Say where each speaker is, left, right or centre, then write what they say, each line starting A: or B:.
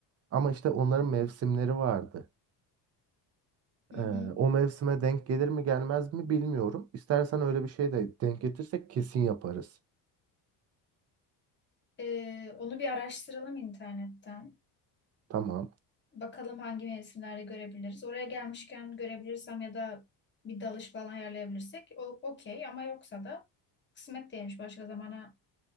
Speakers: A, on the right (about 35°); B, on the left (about 25°).
A: Ama işte onların mevsimleri vardı.
B: Hı hı.
A: Ee, o mevsime denk gelir mi gelmez mi bilmiyorum. İstersen öyle bir şey de denk getirsek kesin yaparız.
B: Ee, onu bir araştıralım internetten.
A: Tamam.
B: Bakalım hangi mevsimlerde görebiliriz. Oraya gelmişken görebilirsem ya da bir dalış falan ayarlayabilirsek o okey ama yoksa da kısmet değilmiş. Başka zamana